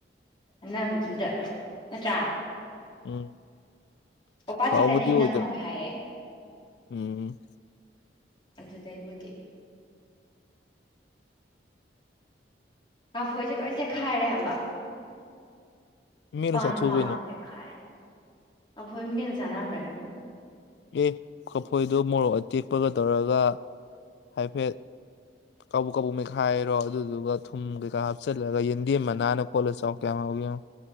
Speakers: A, on the left; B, on the left.
A: ꯉꯥꯡꯅꯕꯗꯨꯗ ꯅꯠꯇ꯭ꯔꯥ
B: ꯎꯝ
A: ꯑꯣꯄꯥꯥ
B: ꯍꯥꯎꯕꯗꯤ
A: ꯆꯤꯀꯟꯅ ꯍꯦꯟꯅ
B: ꯑꯣꯏꯗꯕ
A: ꯍꯥꯎꯋꯦ ꯍꯥꯏꯌꯦ
B: ꯎꯝ
A: ꯑꯗꯨꯗꯩꯕꯨꯗꯤ ꯀꯥꯝꯐꯣꯏꯖꯦ ꯂꯣꯏ ꯆꯦꯈꯥꯏꯔꯦ ꯍꯥꯏꯕ
B: ꯃꯦꯠꯂ
A: ꯄꯥꯟꯕꯨ
B: ꯆꯥꯊꯣꯛꯎ
A: ꯄꯥꯟꯂꯥꯗꯤ
B: ꯀꯩꯅꯣ
A: ꯈꯥꯔꯦ ꯀꯝꯐꯣꯢ ꯃꯦꯠꯂ ꯆꯥꯅꯕ꯭ꯔꯥ ꯏꯕꯨꯡꯉꯣ
B: ꯑꯦ ꯀꯝꯐꯣꯏꯗꯣ ꯃꯣꯔꯣꯛ ꯑꯇꯦꯛꯄꯒ ꯇꯧꯔꯒ ꯍꯥꯏꯐꯦꯠ ꯀꯕꯨꯛ ꯀꯕꯨꯛ ꯃꯦꯈꯥꯏꯔꯣ ꯑꯗꯨꯗꯨꯒ ꯊꯨꯝ ꯀꯩꯀꯥ ꯍꯥꯞꯆꯜꯂꯒ ꯌꯦꯟꯗꯦꯝ ꯃꯅꯥꯅ ꯀꯣꯠꯂ ꯆꯥꯎ ꯀꯌꯥꯝ ꯍꯥꯎꯒꯦ ꯌꯦꯡꯉꯣ